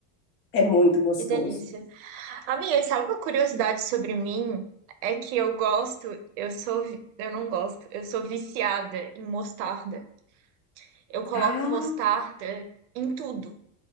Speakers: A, on the left; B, on the right.
A: É muito gostoso.
B: que delícia. Amiga, sabe uma curiosidade sobre mim? É que eu gosto, eu sou, vi- eu não gosto, eu sou viciada em mostarda. Eu coloco
A: Ah,
B: mostarda em tudo.